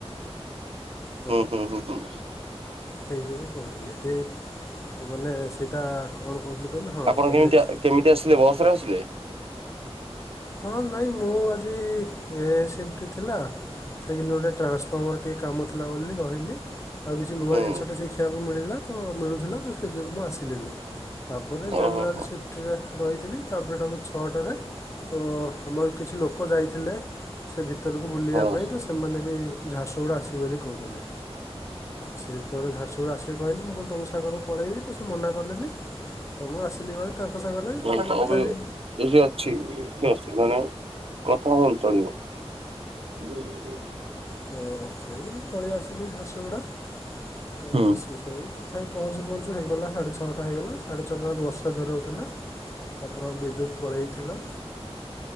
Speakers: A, on the left; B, on the right.
A: ତ
B: ହୁଁ ହୁଁ ହୁଁ ହୁଁ।
A: ସେଇ ସବୁ କହୁଥିଲେ କି ମାନେ ସେଇଟା କଣ କହୁଥିଲି କହିଲେ ହଁ
B: ଆପଣ
A: ଚା
B: କେମିତି
A: ଲେଖି
B: କେମିତି ଆସିଲେ ବସ ରେ ଆସିଲେ
A: ହଁ ନାଇଁ ମୁଁ ଆଜି ଏ ସିମିଟି ଥିଲା। ସେ ଦିନ ଗୋଟେ ଟ୍ରାସଫର୍ମର ଟେ କାମ ବଲା ବି ରହିନି ଆଉ କିଛି ନୂଆ
B: ହୁଁ
A: ଜିନିଷଟା ଶଖଷଆ ମିଳିଲା ତ ମିଳୁଥିଲା ତ ସେଇ ଯୋଗୁଁ ମୁଁ ଆସିଲିନି ତାପରେ ଜେନେରାଲ୍
B: ଓହୋ
A: ସିଫ୍ଟରେ ରହିଥିଲି ତାପରେ ତାକୁ ଛଅଟାରେ ତ ଆମର କିଛି ଲୋକ ଯାଇଥିଲେ ସେ ଭିତରକୁ ବୁଲିବା
B: ହଁ।
A: ପାଇଁ ତ ସେମାନେ ବି ଝାରସୁଗୁଡା ଆସିବେ ବୋଲି କୋହୁଥିଲେ ସେ ଯେତେବେଳେ ଝାରସୁଗୁ ସୁରସ ସେ କହିଲି ମୁଁ କହିଲି ତୁମ ସାଙ୍ଗକୁ ପଳେଇବି ତ ସେ ମନା କଲେନି ତ ମୁଁ ଆସିଲି ଭ ତାଙ୍କ ସାଙ୍ଗରେ
B: ହୁଁ
A: ତ ତଥାପି
B: ବି ଏ ଯଉ ଅଛି କିଛି ଅସୁବିଧା ନାହିଁ କଥା ହୁଅନ୍ତୁ ଚଲିବ। ହୁଁ ହୁଁ।
A: ତ ଅଛ କି? ପଳେଇ ଆସିଲି ଝାରସୁଗୁଡ଼ା ତ
B: ହୁଁ
A: ସେ ସେଇ ତଥାପି ପହଞ୍ଚୁ ପହଞ୍ଚୁ ହେଇଗଲା ସାଢ଼େ ଛଅଟା ହେଇଗଲା। ଆଡ଼େ ଚଲ ବର୍ଷ ବର୍ଷା ଜୋରରେ ହୋଉଥିଲା ତାପରେ ବିଦ୍ୟୁତ ପଳେଇଥିଲେ।